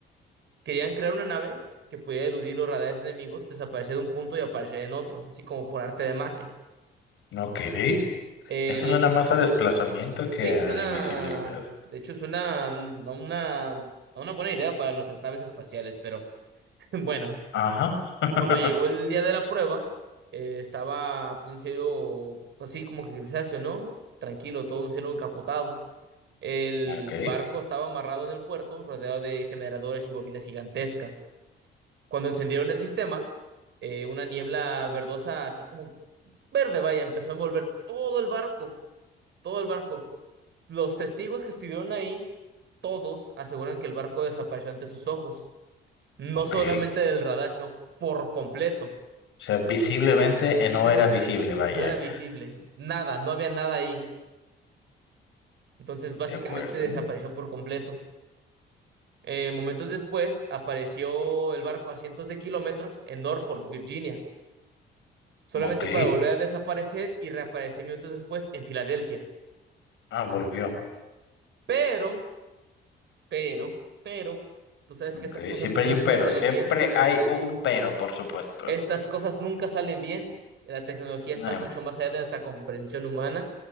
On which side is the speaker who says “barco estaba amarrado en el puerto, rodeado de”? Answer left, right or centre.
Right